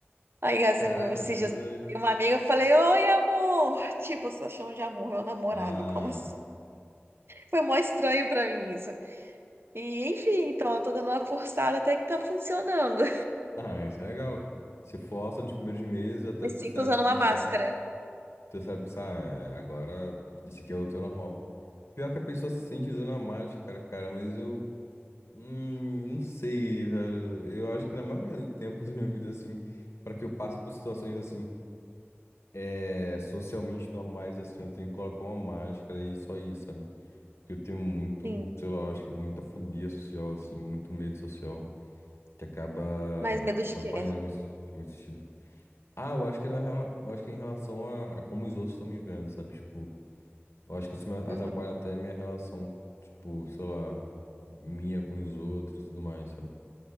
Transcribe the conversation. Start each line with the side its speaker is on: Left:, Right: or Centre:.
Right: Aí assim,
Left: Caraca,
Right: esses
Left: isso é
Right: dias
Left: verdade.
Right: eu vi uma amiga, eu falei, oi, amor! Tipo, você achou de amor, meu namorado,
Left: Ah,
Right: como assim? Foi mó estranho pra mim isso. E enfim, então eu tô dando uma forçada até que tá funcionando.
Left: ah, isso é legal. Se força nos primeiros meses
Right: <laughs>
Left: até
Right: Me
Left: teu
Right: sinto
Left: cérebro
Right: usando
Left: pensar.
Right: uma máscara.
Left: Tu sabe pensar, "Ah, é, agora isso aqui é o teu normal. Pior que a pessoa se sente usando a máscara, cara, mas eu hum, não sei, velho. Eu acho que na maioria do tempo <laughs> da minha vida, assim, pra que eu passe por situações assim, é, socialmente normais, assim, eu tenho que colocar uma máscara e só isso, sabe? Porque eu tenho muito,
Right: Sim,
Left: sei lá, eu acho que muita fobia social, assim, muito medo social, que acaba
Right: mas medo de
Left: atrapalhando
Right: quê?
Left: em alguns se- alguns sentidos. Ah, eu acho que na, rela- eu acho que em relação a, a como os outros estão me vendo, sabe? Tipo. Eu acho que isso me atrapalha
Right: Uhum.
Left: até a minha relação, tipo, sei lá, minha com os outros e tudo mais, sabe?